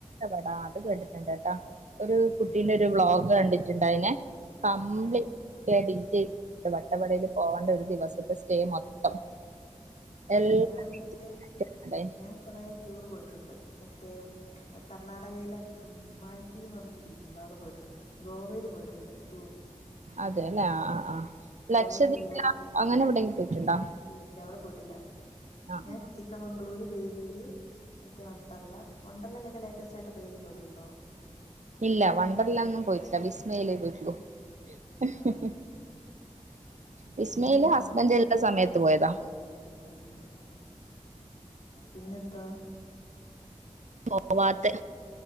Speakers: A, on the right; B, on the left.
A: വടാ. അത് കേട്ടിട്ടുണ്ട്. ട്ടാ. ഒരു.. ഇതിനൊരു
B: മറ്റേ
A: ബ്ലോഗ് കണ്ടിട്ടുണ്ടായിനെ. കംപ്ലീറ്റ്
B: ആഹ്
A: <unintelligible> ഡീറ്റെയി വ..... വട്ടവടേൽ. പോവണ്ട ഒരു ദിവസത്തെ സ്റ്റേ. മൊത്തം....
B: ആഹ,
A: എല്ലാ
B: ഞാൻ മറ്റേ. ഞാൻ കൊറെ.... ടൂറ് പോയിട്ടുണ്ട്. മറ്റേ, കർണാടകയിലെ മ്മ്. മാൽപ്പീ എന്ന് പറഞ്ഞരു ബീച്ചുണ്ട് അവിടെ പോയിട്ടുണ്ട്... ഗോവയിൽ. പോയിട്ടുണ്ട്. ടൂറ്...
A: അതെല്ലേ ആ ആ ആ
B: ഉ,
A: ലക്ഷദ്വീപില
B: ഗോവൽ ടൂറോയി.
A: അങ്ങനെ എവിടെയെങ്കിലും പോയിട്ടുണ്ടോ
B: ഇല്ലല്ല ഇല്ല അവിടെ പോയി..... ട്ടില്ല.
A: ആഹ്
B: ഞാൻ ചിക്കവാങ് ബംഗളൂരു, വേലൂര്, മറ്റേ വണ്ടർല വണ്ടർലലൊക്കെ ലേറ്റസ്റ്റ് ആയിട്ട് എപ്പോഴെലും. പോയിട്ടുണ്ടോ...
A: ഇല്ല. വണ്ടറലൊന്നും പോയിട്ടില്ല. വിസ്മയിലേ പോയിട്ടുള്ളു... ഉ <unintelligible>
B: ആ
A: വിസ്മയിലെ
B: പിന്നെന്തോണ്ട്
A: ഹസ്ബൻറ് ള്ള സമയത്ത് പോയതാ...
B: ഉം, ഉം, പിന്നെന്താ...?
A: പോവാത്ത്.